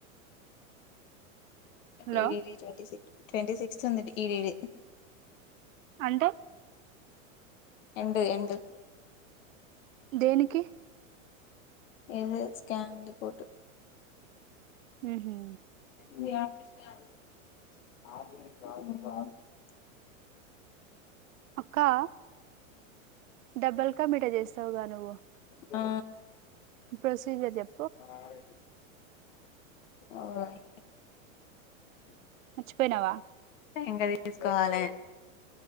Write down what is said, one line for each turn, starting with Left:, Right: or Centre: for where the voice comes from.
Right: హలో
Left: ఏ DD twenty six twenty sixth ఉన్నిది ఇ డి డి
Right: అంటే
Left: ఎండ్ ఎండ్
Right: దేనికి
Left: ఏం లేదు స్కాన్ రిపోర్టు
Right: మ్ హు
Left: <unintelligible>
Right: అక్కా డెబుల్కా మీఠా చేస్తావుగా నువ్వు
Left: ఆ
Right: ప్రొసీజర్ జెప్
Left: <unintelligible>
Right: మర్చిపోయ్ నావా
Left: ఇంక తీసుకోవాలే